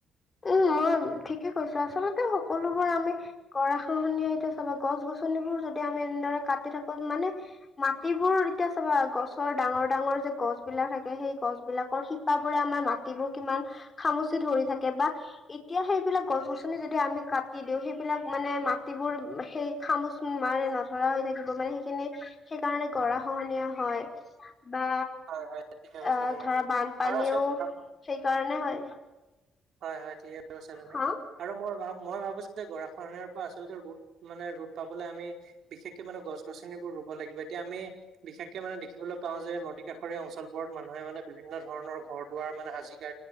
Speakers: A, on the left; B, on the right.
A: উম মই ঠিকে কৈছো আচলতে সকলোবোৰ আমি, গৰা খহনীয়া এতিয়া চাব গছ গছনিবোৰ যদি আমি এনেদৰে কাটি থাকো মানে, মাটিবোৰ এতিয়া চাবা গছৰ ডাঙৰ ডাঙৰ যে গছ বিলাক থাকে সেই গছ, বিলাকৰ শিপ বোৰে আমাৰ মাটিবোৰ কিমান খামুচি ধৰি থাকে বা, এতিয়া সেইবিলাক গছ গছনি যদি আমি কাটি দিও সেইবিলাক মানে মাটিবোৰ সেই, খামুচ মাৰেি নধৰা হৈ থাকিব মানে সেইখিনি সেইকাৰণে গৰা খহনীয়া হয়। বা
B: হয় হয় ঠিকে কৈছা
A: আহ
B: তুমি
A: ধৰা বানপানীও
B: আৰু আচলতে,
A: সেইকাৰণে হয়
B: হয় হয় ঠিকে কৈছা তুমি
A: হা
B: আৰু মই ভ মই ভাবিছো যে গৰাখহনীয়াৰ, আচলতে ৰোধ মানে ৰোধ পাবলে আমি, বিশেষকে মানে গছ গছনিবোৰ ৰুব লাগিব এতিয়া আমি বিশেষকে মানে, দেখিবলৈ পাওঁ যে নদী কাষৰীয়া অঞ্চলবোৰত মানুহে মানে বিভিন্ন ধৰণৰ ঘৰ দুৱাৰ মানে হাজিকা,